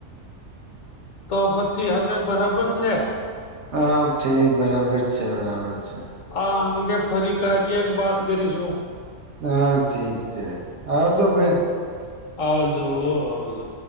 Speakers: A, on the left; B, on the right.
A: તો પછી હવે બરાબર છે.
B: હા ઠીક બરાબર છે બરાબર છે.
A: આ અંગે ફરી કાર્ય વાત કરીશું.
B: હા ઠીક છે આવજો ફેર.
A: આવજો આવજો